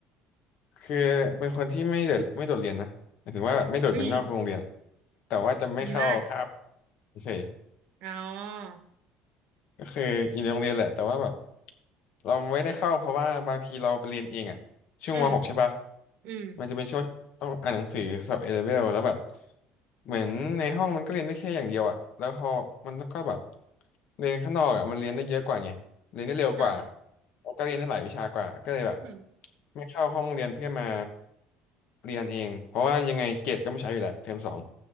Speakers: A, on the left; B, on the right.
A: คือเป็นคนที่ไม่โดดไม่โดดเรียนนะหมายถึงว่าแบบไม่โดดเป็นนอกโรงเรียนอะ
B: วิ่ง
A: แต่ว่าจะไม่เข้าคาบ
B: ดีมาก
A: เฉย
B: อ๋อ
A: ๆก็คืออยู่ในโรงเรียนแหละแต่ว่าแบบเราไม่ได้เข้าเพราะว่าบางทีเราไปเรียนเองอะช่วงมหกใช่ปะ
B: อืมอืม
A: มันจะเป็นช่วงต้องอ่านหนังสือสอบเอเลเวลแล้วแบบเหมือนในห้องมันก็เรียนได้แค่อย่างเดียวอะแล้วพอมันก็แบบเรียนข้างนอกอะมันเรียนได้เยอะกว่าไงเรียนได้เร็วกว่า
B: อ่ะ
A: แล้วก็เรียนได้หลายวิชากว่าก็เลยแบบ
B: อืม
A: ไม่เข้าห้องเรียนเพื่อมาเรียนเองเพราะว่ายังไงเกรดก็ไม่ใช้อยู่แหละเทอมสอง